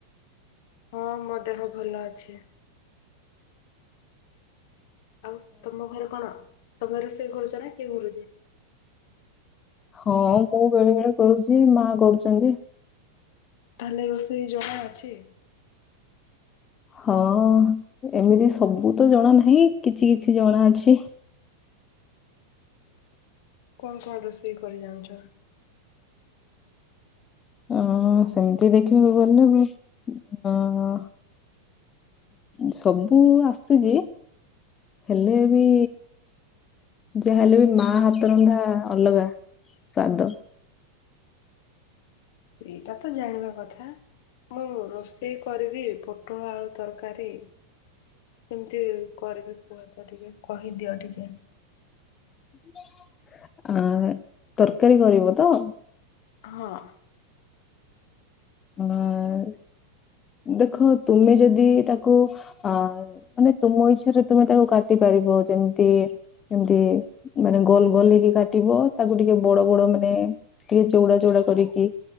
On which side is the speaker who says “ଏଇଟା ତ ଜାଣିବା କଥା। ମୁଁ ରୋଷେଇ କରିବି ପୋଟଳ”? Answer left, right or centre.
Left